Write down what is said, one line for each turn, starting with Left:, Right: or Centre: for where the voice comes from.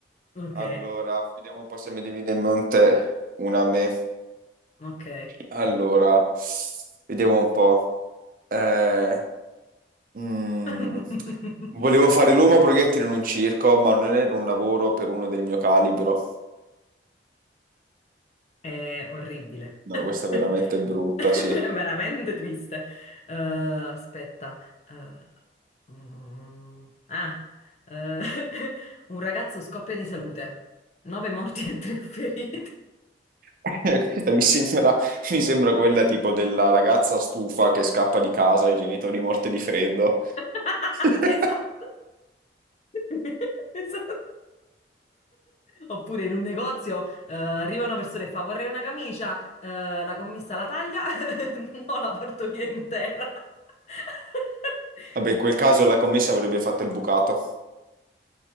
Left: ok,
Right: Allora, vediamo un po' se mi viene in mente una a me.
Left: ok.
Right: Allora, vediamo un po'. Eh, mm,
Left: <laughs>
Right: volevo fare l'uomo proiettile in un circo, ma non era un lavoro per uno del mio calibro.
Left: È orribile.
Right: No,
Left: <laughs>
Right: questa è veramente brutta,
Left: È
Right: sì.
Left: veramente triste. Eh, aspetta. eh, mm, ah, eh, <laughs> un ragazzo scoppia di salute. Nove morti e tre <laughs> feriti.
Right: <laughs> Questa mi sembra, mi sembra quella tipo della ragazza stufa che scappa di casa, i genitori morti di freddo.
Left: <laughs>
Right: <laughs>
Left: Sì, esatto. <laughs> Esatto. Oppure in un negozio eh, arriva una persona e fa vorrei una camicia, eh, la commessa la taglia, <laughs> no, la porto via intera. <laughs>
Right: Vabbè, in quel caso la commessa avrebbe fatto il bucato.